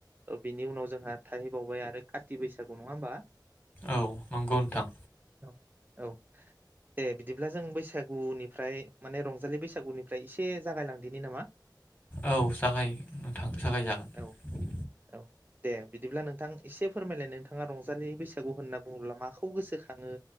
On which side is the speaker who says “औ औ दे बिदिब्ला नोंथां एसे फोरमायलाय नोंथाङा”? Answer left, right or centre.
Right